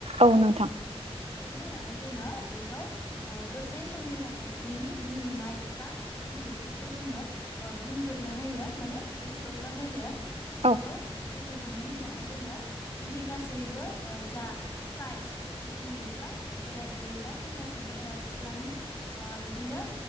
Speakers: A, on the right; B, on the left.
A: औ नोंथां
B: बेनि उनाव हाय जोङो बेखौ दसे समनि थाखाय बिनि बुंनाय बा बुंफोर नाय खौ जोङो बुंगोरनो होयो माने बेखेवनो होयो। बेखौ
A: औ
B: बेखेव खांनायनि उनावहाय जोङो बेनि गासैबो जा प्राइज गथ'फोरनि बा बोराय बुरै बा सेंग्रा सेंग्रा सिख्लानि बिदिनो